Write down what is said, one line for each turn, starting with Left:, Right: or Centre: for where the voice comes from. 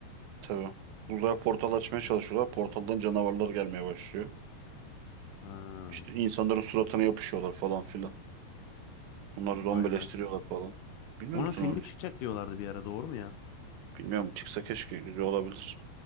Right: Tabii. Uzaya portal açmaya çalışıyorlar. Portaldan canavarlar gelmeye başlıyor.
Left: Ha,
Right: İşte insanların suratına yapışıyorlar falan filan. Onları
Left: vay
Right: zombileştiriyorlar
Left: be.
Right: falan. Bilmiyor
Left: Onun
Right: musun
Left: filmi
Right: onu?
Left: çıkacak diyorlardı bir ara doğru mu ya?
Right: Bilmiyorum. Çıksa keşke güzel olabilir.